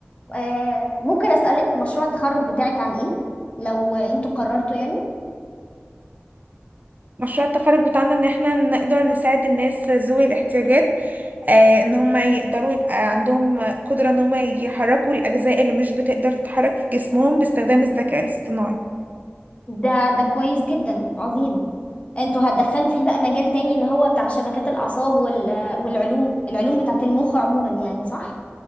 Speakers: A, on the left (about 30°); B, on the right (about 40°).
A: آه، ممكن أسألك مشروع التخرج بتاعك عن ايه لو انتوا قررتوا يعني
B: مشروع التخرج بتاعنا ان احنا نقدر نساعد الناس ذوي الاحتياجات آه ان هم يقدروا يبقى عندهم قدرة ان هم يحركوا الاجزاء اللي مش بتقدر تتحرك في جسمهم باستخدام الذكاء الاصطناعي
A: ده ده كويس جدا عظيم انتوا هتدخلوا فيه بقى مجال تاني اللي هو بتاع شبكات الأعصاب وال... والعلوم العلوم بتاعة المخ عموما يعني صح